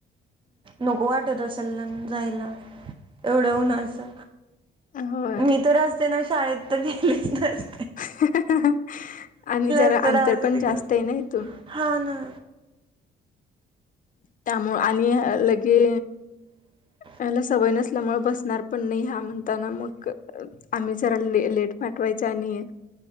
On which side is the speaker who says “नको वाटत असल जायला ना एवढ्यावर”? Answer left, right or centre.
Right